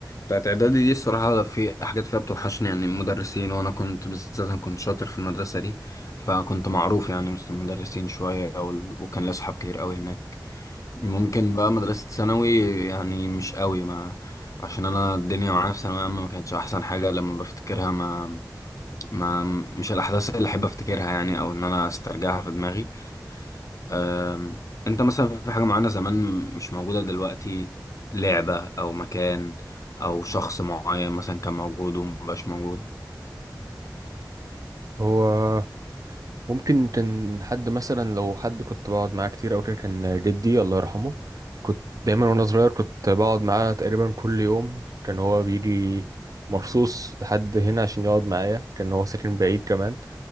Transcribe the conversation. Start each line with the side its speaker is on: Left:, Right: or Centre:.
Left: بتاعت اعدادي دي الصراحة في حاجات فيها بتوحشني يعني المدرسين وانا كنت بالذات انا كنت شاطر في المدرسة دي فكنت معروف يعني وسط المدرسين شوية وال- وكان لي اصحاب كتير قوي هناك ممكن بقى مدرسة ثانوي يعني مش قوي ما عشان انا الدنيا معايا في ثانوية عامة ما كانتش احسن حاجة لما بفتكرها ما ما مش الأحداث اللي أحب أفتكرها يعني أو إن أنا أسترجعها في دماغي أم، أنت مثلا في حاجة معينة زمان مش موجودة دلوقتي لعبة أو مكان أو شخص معين مثلا كان موجود ومبقاش موجود
Right: هو ممكن كان حد مثلا لو حد كنت بقعد معاه كتير او كده كان جدي الله يرحمه كنت دايما وانا صغير كنت بقعد معاه تقريبا كل يوم كان هو بيجي مرصوص لحد هنا عشان يقعد معايا كان هو ساكن بعيد كمان